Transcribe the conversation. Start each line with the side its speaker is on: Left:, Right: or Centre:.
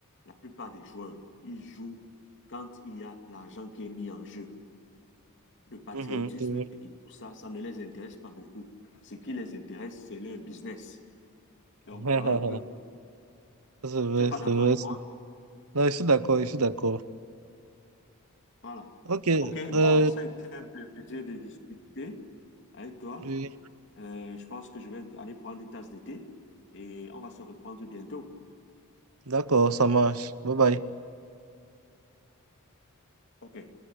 Left: la plupart des joueurs, ils jouent quand il y a l'argent qui est mis en jeu. le patriotisme
Right: Mhm, c'est vrai.
Left: et tout ça, ça ne les intéresse pas beaucoup. Ce qui les intéresse, c'est leur business. Donc
Right: <laughs>
Left: voilà un peu.
Right: Ça, c'est vrai,
Left: Tu n'es pas
Right: c'est
Left: d'accord
Right: vrai.
Left: avec moi?
Right: Non, je suis d'accord, je suis d'accord.
Left: Voilà.
Right: Ok,
Left: OK,
Right: euh,
Left: bon, ça a été un plaisir de discuter avec toi.
Right: oui,
Left: Euh, je pense que je vais aller prendre une tasse de thé et on va se reprendre bientôt.
Right: d'accord, ça marche. Bye bye.
Left: OK.